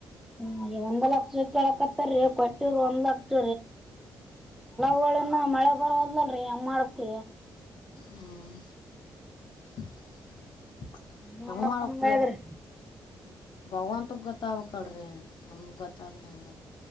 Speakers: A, in the centre; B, on the left.
A: ಹ್ಮ ಒಂದ್ ಲಕ್ಷ ಕೇಳಕತ್ತರಿೀ ಕೊಟ್ಟ ಒಂದ್ ಲಕ್ಷ ಹೊಲಗನ್ನ ಮಳೆ ಬರವದಲ್ರಿ ಅಮ್ಮ ಮಾಡಕ್
B: ಹ್ಮ್ <unintelligible>
A: ಹೆಂಗ್ ಮಾಡ್ಬೇಕ್ ಅನ್ನಂಗಾಗ್ಯದ್ರಿ
B: ಭಗವಂತ ಗೊತ್ತಬಕ್ಳ್ರಿ ನಮಗ್ ಗತ್ತಾದ್ರಿ ಹಂಗ